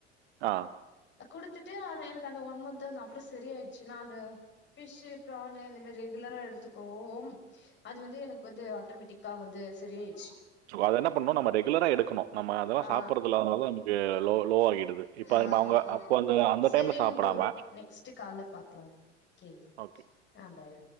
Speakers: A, on the right; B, on the left.
A: ஆ
B: கொடுத்துட்டு எனக்கு அந்த ஒன் மந்த் அந்த அப்பறம் செரியாயிடுச்சு நான் அந்த ஃப்பிஷ்சு பிரானு இந்த மாரி ரெகுலரா எடுத்துக்குவோம் அது வந்து எனக்கு வந்து ஆட்டோமேட்டிக் அப்ப வந்து சரியயிடுச்சு
A: அது என்ன பண்ணணும் நம்ம ரெகுலரா எடுக்கணும் நம்ம அதல்லாம்
B: ஆ
A: சாப்பறதுயில்லா அதனால தான் நமக்கு லோ லோ ஆகிடுது இப்போ
B: ஆமா
A: அவங்க
B: ஆமா
A: அப்போ அந்த அந்த
B: செரிங்க
A: டைம்ல சாப்பிடாம
B: ப்ரோ நெக்ஸ்ட்டு கால்ல பாக்கலாம் ஓகே
A: ஓகே
B: ஆ பாய்